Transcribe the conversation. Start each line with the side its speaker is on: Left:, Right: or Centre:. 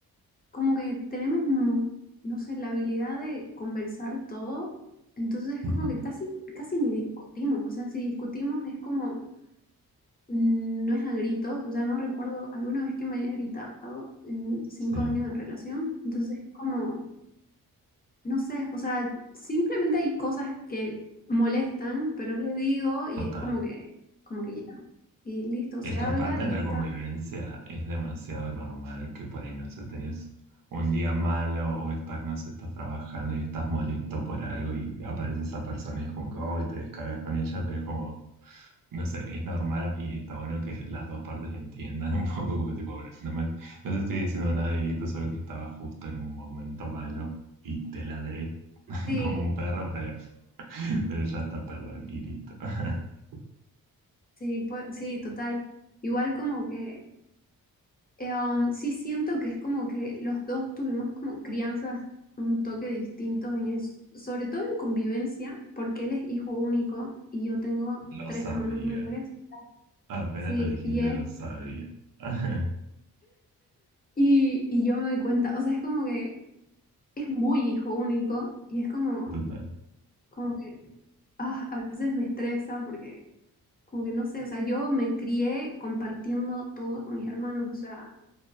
Left: como que tenemos, mm, no sé, la habilidad de conversar todo, entonces es
Right: ujú,
Left: como que casi, casi ni discutimos, o sea, si discutimos es como, mm, no es a gritos, o sea, no recuerdo alguna vez que me haya gritado en cinco
Right: sí,
Left: años de relación, entonces es como, no sé, o sea, simplemente hay cosas que molestan, pero le digo y
Right: total.
Left: es como que, como que ya, y listo,
Right: Es
Left: se
Right: que
Left: habla
Right: aparte
Left: y
Right: en
Left: ya
Right: la
Left: está.
Right: convivencia es demasiado normal que por ahí, no sé, tenés un día malo o estás, no sé, estás trabajando y estás molesto por algo y aparece esa persona y es como que, hoy te descargas con ella, pero es como, no sé, es normal y está bueno que las dos partes entiendan <laughs> un poco como tipo, "Bueno, no me, no te estoy diciendo nada directo, solo que estaba justo en un momento malo y te ladré <laughs>
Left: Sí,
Right: como un perro, pero, pero ya está, perdón, y listo. <laughs>
Left: Sí, pues, sí, total. Igual como que, eh, um, sí siento que es como que los dos tuvimos como crianzas un toque distinto en eso, sobre todo en convivencia, porque él es hijo único y yo tengo
Right: Lo
Left: tres
Right: sabía.
Left: hermanos mayores.
Right: Apenas
Left: Sí,
Right: lo dijiste,
Left: y es,
Right: lo sabía. <laughs>
Left: y, y yo me doy cuenta, o sea, es como que es muy hijo único y es como,
Right: Total,
Left: como que, ah, a veces me estresa porque como que no sé, o sea, yo me crié compartiendo todo con mis hermanos, o sea,